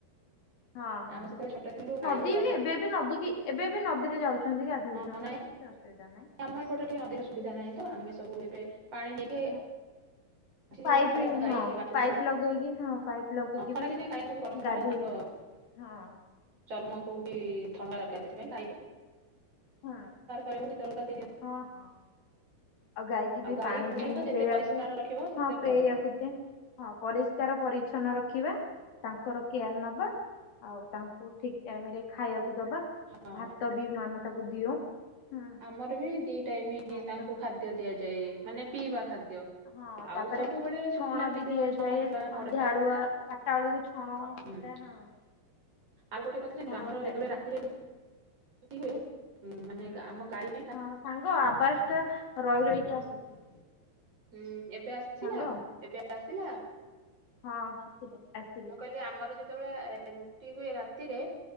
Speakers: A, on the left (about 65°); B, on the right (about 40°).
A: ହଁ, ହଁ।
B: ଆମେ ସେତେବେଳେ ଛୋଟ ଥିଲୁ ଗାଈ
A: ନଦୀ
B: ଆଉ
A: ବି ଏବେ ବି ନଦୀ କି ଏବେ ବି ନଦୀରେ ଯାଉଛନ୍ତି ଗାଧଉଛନ୍ତି
B: ହଁ ନାଇଁ
A: କିଛି ଅସୁବିଧା ନାହିଁ।
B: ଆମ ଏପଟେ ଟିକେ ଅଧିକ ସୁବିଧା ନାହିଁ ତ ଆମେ ସବୁ ଏବେ ପାଣି ନେଇକି <unintelligible>
A: <inaudible> ହଁ
B: ଆଜି
A: ପାଇପ
B: ସକାଳେ ଆମ
A: ହଁ
B: ଗାଈ ବାଛୁରୀ
A: ପାଇପ
B: ସବୁ
A: ଲଗେଇକି ହଁ। ପାଇପ୍ ଲଗେଇକି
B: ହଁ ଖରାଦିନେ
A: ବି
B: ଗାଈଙ୍କୁ ବି ଗରମ ହୁଏ
A: ଗାଧୋଇ
B: ନା ତାଙ୍କ
A: ହଁ।
B: ଚର୍ମକୁ ବି ଥଣ୍ଡା ଦରକାର ସେଥିପାଇଁ
A: ହଁ
B: ଗାଈ କୁ <inaudible>
A: ହଁ, ହଁ। ଆଉ ଗଈକି ବି
B: ଗାଈ
A: ପାଣି
B: ଗୁହାଳ
A: ବି ମୁଁ
B: ତ ଯେତେ
A: ପିଇବାକୁ
B: ପରିଷ୍କାର ରଖିବ ସେତେ
A: ହଁ ପିୟେବାକୁ
B: ଭଲ
A: ଦିଏ। ହଁ ପରିଷ୍କାର ପରିଚ୍ଛନ୍ନ ରଖିବା ତାଙ୍କର କେୟାର ନବା ଆଉ ତାଙ୍କୁ ଠିକ୍ ଟାଇମରେ ଖାଇବାକୁଦବା
B: ହଁ।
A: ଭାତ ବି ଆମେ ତାକୁ ଦିଅଉଁ, ହୁଁ।
B: ଆମର ବି ଦିଟାଇମ୍
A: ଭାତ
B: ତାଙ୍କୁ
A: ଦିଏ।
B: ଖାଦ୍ୟ ଦିଆଯାଏ ମାନେ ପିଇବା ଖାଦ୍ୟ।
A: ହଁ
B: ଆଉ
A: ତାପରେ
B: ସବୁବେଳେ ଶୁଖିଲା
A: ଛଣ
B: ଖାଦ୍ୟ
A: ବି ଦିଆଯାଏ
B: ଛଣ କୁଟା
A: ସନ୍ଧ୍ୟା
B: ନଡା
A: ବଳୁଆ ଚାରିଟା ବେଳକୁ ଛଣ ହ
B: ହୁଁ।
A: ସେଟା ହଁ। <inaudible>
B: ଆଉ ଗୋଟେ କଥା ଜାଣିଛୁ
A: ଛଣ
B: ଆମର
A: କୁଟା
B: ଯେତବେଳେ
A: ବି ଦିଏ।
B: ରାତିରେ ରୁଟି ହୁଏ ମାନେ ଆମ ଗାଈ <unintelligible>
A: ହଁ, ସାଙ୍ଗ ଆବାଜ ଟା ରହି ରହିକି ଆସୁଛି।
B: ହୁଁ ଏବେ <inaudible> ଆସିଲା
A: ସାଙ୍ଗ
B: ଏବେ ଆସିଲା
A: ହଁ, ହଁ ଆଶିଲା ଆସି
B: ମୁଁ କହିଲି ଆମର ଯେତେବେଳେ ରୁଟି ହୁଏ ରାତିରେ